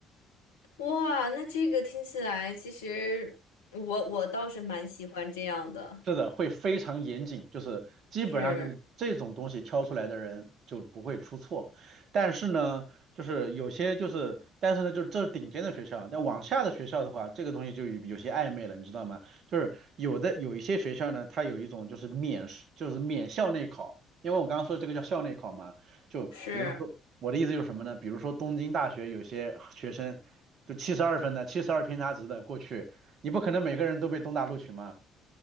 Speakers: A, on the left (about 80°); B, on the right (about 55°).
A: 哇，那这个听起来其实我我倒是蛮喜欢这样的，
B: 是的，会非常严谨，就是基本上就是这种东西挑出来的人就不会出错。
A: 是。
B: 但是呢，就是有些就是，但是呢，就是这是顶尖的学校啊，但往下的学校的话，这个东西就有有些暧昧了，你知道吗？就是有的有一些学校呢，它有一种就是免试就是免校内考，因为我刚刚说的这个叫校内考嘛，就比如说我的意思就是什么呢？
A: 是，
B: 比如说东京大学有些学生就七十二分的、七十二偏差值的过去，你不可能每个人都被东大录取嘛。